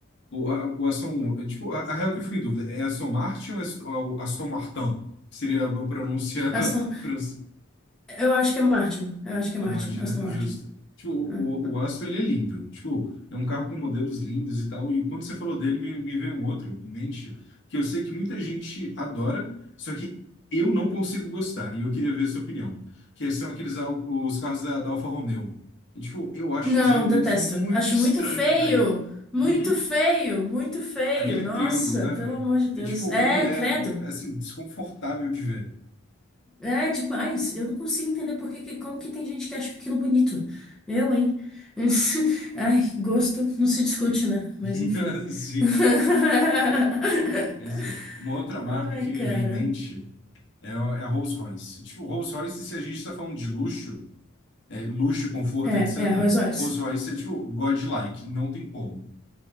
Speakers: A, on the left; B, in the centre.
A: o, a, o Aston. Tipo, a, a real que eu fico em dúvida, é Aston Martin ou é Aston, ou Aston Martin? Seria a pronúncia
B: Aston,
A: <laughs> fran-
B: eu acho que é Martin. Eu acho que é
A: é
B: Martin.
A: Imagina,
B: Aston Martin.
A: justo. Tipo,
B: né?
A: o, o Aston, ele é lindo. Tipo, é um carro com modelos lindos e tal. E quando você falou dele, me, me veio um outro em mente, que eu sei que muita gente adora, só que eu não consigo gostar. E eu queria ver a sua opinião. Que são aqueles al- os carros da, da Alfa Romeo. E, tipo, eu acho
B: Não,
A: o design deles
B: detesto.
A: muito
B: Acho
A: estranho,
B: muito feio.
A: velho.
B: Muito
A: Uhum.
B: feio, muito feio.
A: Aquele
B: Nossa,
A: triângulo, né,
B: pelo
A: velho?
B: amor de Deus.
A: É, tipo,
B: É,
A: ele é,
B: credo.
A: assim, desconfortável de ver.
B: É demais. Eu não consigo entender por que, que- como que tem gente que acha aquilo bonito. Eu, hein? <laughs> Ai, gosto não se discute, né?
A: <laughs>
B: Mas enfim.
A: Sim.
B: <laughs>
A: Pois é. Uma outra marca
B: Ai,
A: que
B: cara.
A: me vem em mente é a é a Rolls-Royce. Tipo, Rolls-Royce, se a gente está falando de luxo, é, luxo, conforto,
B: É,
A: etc.,
B: é arroz Oz.
A: Rolls-Royce é tipo godlike, não tem como,